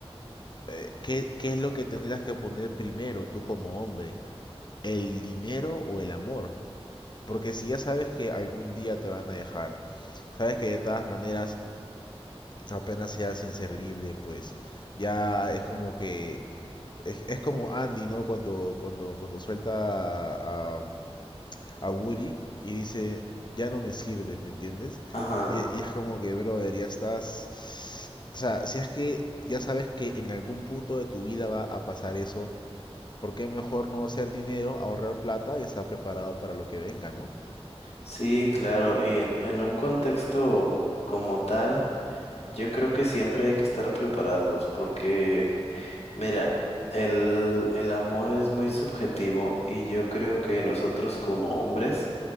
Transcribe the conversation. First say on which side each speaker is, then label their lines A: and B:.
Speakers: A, on the left; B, on the left.
A: eh, ¿qué, qué es lo que tendrías que poner primero tú como hombre? ¿El dinero o el amor? Porque si ya sabes que algún día te van a dejar, sabes que de todas maneras apenas seas inservible, pues ya es como que Es, es como Andy, ¿no? Cuando, cuando, cuando suelta a, a- a Woody y dice, ya no me sirves, ¿me entiendes?
B: ajá.
A: Y, y es como que, brother, ya estás... O sea, si es que ya sabes que en algún punto de tu vida va a pasar eso, ¿por qué mejor no hacer dinero, ahorrar plata y estar preparado para lo que venga, ¿no?
B: Sí, claro. Y en, en un contexto como tal, yo creo que siempre hay que estar preparados porque, mira, el, el amor es muy subjetivo y yo creo que nosotros como hombres,